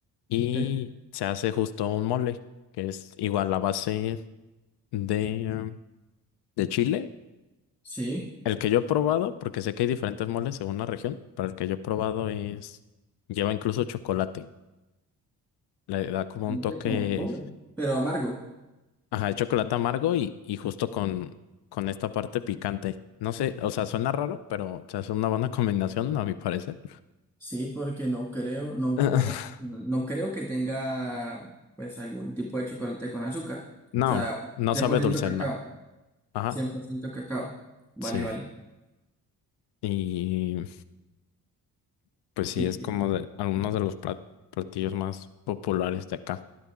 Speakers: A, on the left; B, in the centre.
A: y
B: Te entiendo.
A: se hace justo un mole, que es igual la base de, de chile
B: Sí.
A: El que yo he probado, porque sé que hay diferentes moles según la región, pero el que yo he probado es, lleva incluso chocolate. Le da como
B: Solamente
A: un toque,
B: con pollo, pero amargo.
A: ajá, de chocolate amargo y, y justo con, con esta parte picante. No sé, o sea, suena raro, pero o sea, es una buena <laughs> combinación, a mi parecer.
B: Sí, porque no creo, no,
A: <laughs>
B: no, o sea, no, no creo que tenga pues algún tipo de chocolate con azúcar. O
A: No,
B: sea,
A: no
B: cien
A: sabe
B: por ciento
A: dulce
B: cacao,
A: en nada. Ajá,
B: 100% cacao. Vale,
A: sí.
B: vale.
A: Y pues sí,
B: Y
A: es
B: que-
A: como de algunos de los plat- platillos más populares de acá.